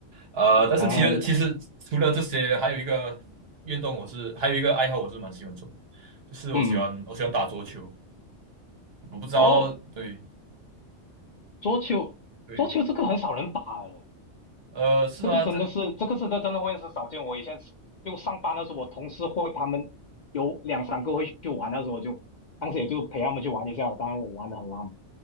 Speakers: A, on the right (about 60°); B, on the left (about 50°).
A: 呃，但是其实其实除了这些，
B: 啊
A: 还有一个运动我是还有一个爱好我是蛮喜欢做，就是我喜欢我喜欢打桌球。
B: 嗯
A: 我不知道，
B: 哦，
A: 对
B: 桌球桌球这个很少人打诶，
A: 对，呃，是啊，
B: 这个真的是这个是真的真的会是少见。
A: 在
B: 我以前就上班的时候，我同事会他们有两三个会去玩，的时候我就当时也就陪他们去玩一下，当然我玩的很烂。